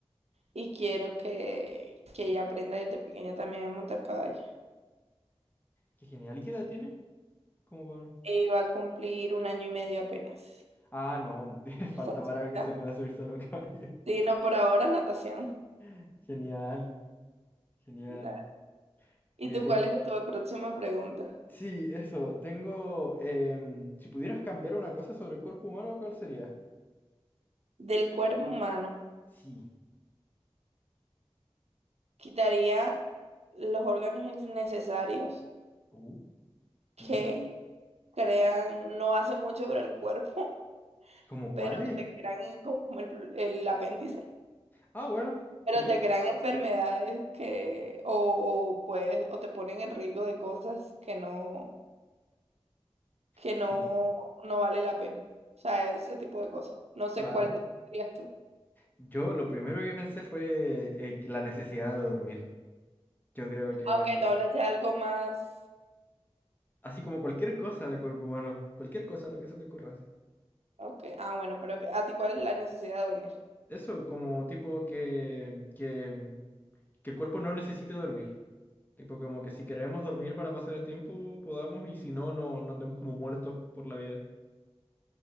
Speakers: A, on the right; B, on the left.
A: y quiero que, que ella aprenda desde pequeña también a montar caballo.
B: Qué genial. ¿Y qué edad tiene? ¿Cómo va?
A: Y va a cumplir un año y medio apenas.
B: Ah, no, <laughs>
A: Está
B: falta
A: chiquita.
B: para que se pueda subir solo un caballo.
A: Sí, no, por ahora natación.
B: <laughs> Genial, genial.
A: Na- ¿Y
B: Mira,
A: tú
B: ten-
A: cuál es tu próxima pregunta?
B: Sí, eso, tengo... em, si pudieras cambiar una cosa sobre el cuerpo humano, ¿cuál sería?
A: Del cuerpo humano,
B: Sí.
A: quitaría los órganos innecesarios
B: Uh,
A: que
B: ¿y eso?
A: crean no hace mucho por el cuerpo <laughs>
B: ¿Cómo cuáles?
A: pero te crean como el, el apéndice,
B: Ah, bueno,
A: pero
B: sí.
A: te crean enfermedades que, o, o puedes, o te ponen en riesgo de cosas que no, que
B: Sí,
A: no, no vale la pena. O sea, ese tipo de cosas. No sé
B: claro.
A: cuál dirías tú.
B: Yo lo primero que pensé fue eh, que la necesidad de dormir. Yo creo que...
A: Ah, ok, tú hablas ya algo más.
B: Así como cualquier cosa del cuerpo humano, cualquier cosa, lo que se te ocurra. Así.
A: Ok, ah, bueno, pero que- ¿a ti cuál es la necesidad de dormir?
B: Eso, como tipo que... que que el cuerpo no necesite dormir. Tipo, como que si queremos dormir para pasar el tiempo, podamos, y si no, no, no andemos como muertos por la vida.